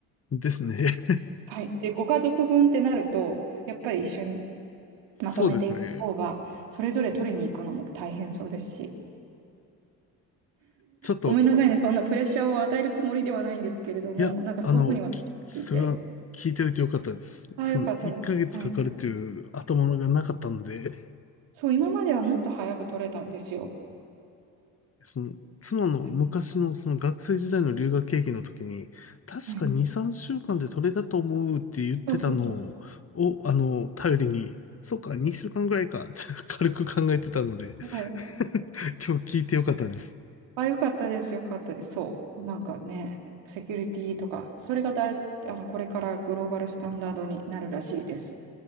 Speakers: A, on the left; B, on the right.
A: ですね。
B: はい。で、ご家族分ってなると、やっぱり一緒に
A: <laughs> そうですね。
B: まとめていった方が、それぞれ取りに行くのも大変そうですし、
A: ちょっと、
B: ごめんなさいね、そんなプレッシャーを与えるつもりではないんですけれども、
A: いや、
B: なんかそういうふうに私は聞いて、
A: あの、きそれは聞いておいてよかったです。
B: ああ、
A: その、
B: よかったです。
A: 1ヶ月かかるという頭がなかったので、
B: はい。そう、今まではもっと早く取れたんですよ。
A: その、妻の昔のその学生時代の留学経験の時に、
B: はい
A: 確か2、
B: はい
A: 3週間で取れたと思うって言ってたのを、
B: そうそうそうそ
A: をあの、頼りに、そっか、2週間ぐらいかって軽く考えてたので
B: う。はい。
A: <laughs> 今日聞いてよかったです。
B: あ、よかったです。よかったです。そう。なんかね、セキュリティとか、それがだい、あの、これからグローバルスタンダードになるらしいです。